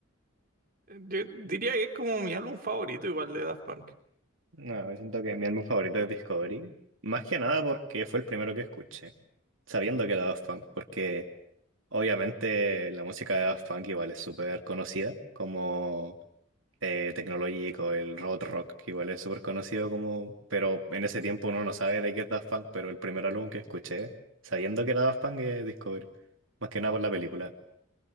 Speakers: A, on the right; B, on the right.
A: Yo diría que es como mi álbum favorito igual de Daft Punk.
B: No, yo siento que mi álbum favorito es Discovery. Más que nada porque fue el primero que escuché, sabiendo que era Daft Punk, porque obviamente la música de Daft Punk igual es súper conocida, como eh, Technologic o el Robot Rock, que igual es súper conocido como... Pero en ese tiempo uno no sabe de qué es Daft Punk, pero el primer álbum que escuché, sabiendo que era Daft Punk, es Discovery. Más que nada por la película.